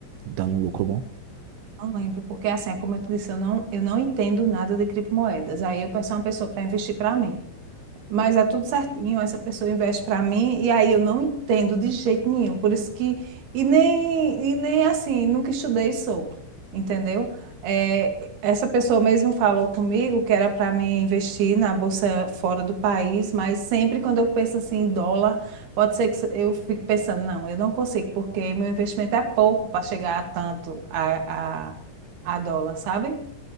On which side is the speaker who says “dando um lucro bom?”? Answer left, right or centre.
Right